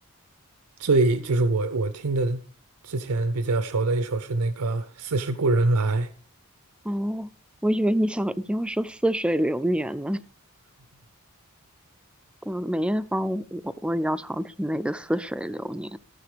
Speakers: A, on the right (about 80°); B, in the centre.
A: 最就是我我听的之前比较熟的一首是那个《似是故人来》，
B: 哦，我以为你想你要说《似水流年》呢。对，梅艳芳我，我也要常听那个《似水流年》。